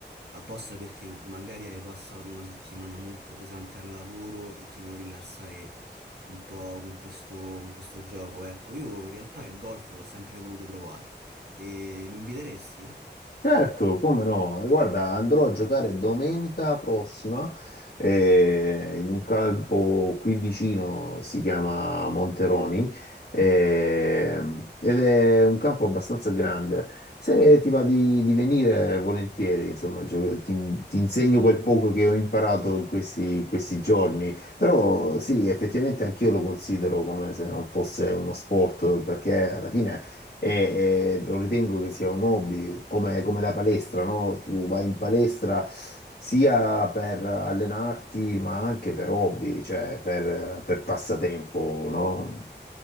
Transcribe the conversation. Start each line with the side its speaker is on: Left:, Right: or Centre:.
Right: apposta perché magari hai passato una settimana molto pesante al lavoro e ti vuoi rilassare un po' con questo, con questo gioco. Ecco, io in realtà il golf l'ho sempre voluto provare. E mi inviteresti?
Left: Certo, come no? Guarda, andrò a giocare domenica prossima eh, in un campo qui vicino, si chiama Monteroni, eh, ed è un campo abbastanza grande. Se ti va di, di venire, volentieri, insomma, gio- ti, ti insegno quel poco che ho imparato in questi, in questi giorni. Però sì, effettivamente anch'io lo considero come se non fosse uno sport, perché alla fine e, e lo ritengo che sia un hobby, come, come la palestra, no? Tu vai in palestra sia per allenarti, ma anche per hobby, cioè per, per passatempo, no?